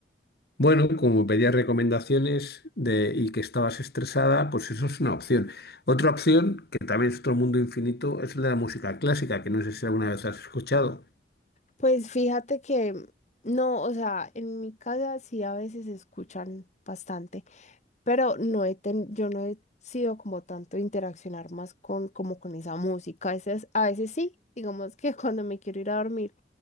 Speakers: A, on the left (about 60°); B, on the left (about 40°).
A: Bueno, como pedías recomendaciones de, y que estabas estresada, pues eso es una opción. Otra opción, que también es otro mundo infinito, es el de la música clásica, que no sé si alguna vez has escuchado.
B: Pues fíjate que, no, o sea, en mi casa sí a veces se escuchan bastante, pero no he ten- yo no he sido como tanto interaccionar más con, como con esa música. A veces, a veces sí, digamos que <laughs> cuando me quiero ir a dormir,